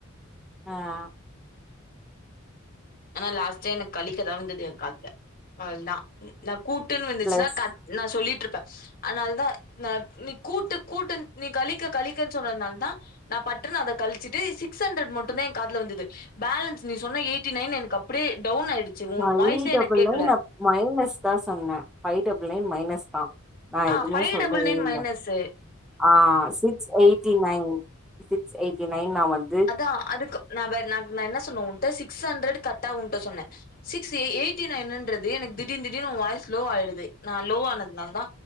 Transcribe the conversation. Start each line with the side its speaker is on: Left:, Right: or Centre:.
Centre: அ
Left: ஆனா லாஸ்ட் டைம் எனக்கு கழிக்கதா வந்துது எ காதுல அவுள்தா நா கூட்டுன்னு வந்துச்சுன்னா
Centre: பிளஸ்
Left: கட் நா சொல்லிட்ருப்பே அதனாலதா நாநீ கூட்டு கூட்டு நீ கழிக்க கழிக்கன் சொன்னத்னாலதா நா பட்டுனு அத கழச்சிட்டு சிக்ஸ் ஹண்ட்ரட் மட்டுதா எ காதுல விழ்ந்துது பேலன்ஸ் நீ சொன்ன எய்ட் டிநைன் எனக்கு அப்டியே டவுன் ஆயிடுச்சு உன
Centre: ஃபைவ்
Left: வாய்ஸே
Centre: டபுள்
Left: எனக்கு கேக்கல
Centre: நைன் நா மைனஸ் தா சொன்னே ஃபை டபுள் நைன் மைனஸ்தா நா
Left: ஆ
Centre: எது
Left: ஃபைவ்
Centre: மே சொல்லவே
Left: டபுள் நைன்
Centre: இல்ல
Left: மைனஸு
Centre: ஆ six eighty nine six eighty nine நா வந்
Left: அதா அதுக்கு நா நா என்ன சொன்னே உன்ட சிக்ஸ் ஹண்ட்ரட் கர்ட்டா உன்ட நா சொன்னே சிக் எயிட்டி நைன்னுன்றது எனக்கு திடிர் திடிர்னு உ வாய் லோவ்வாய்டுது நா லோ ஆனதுனால தா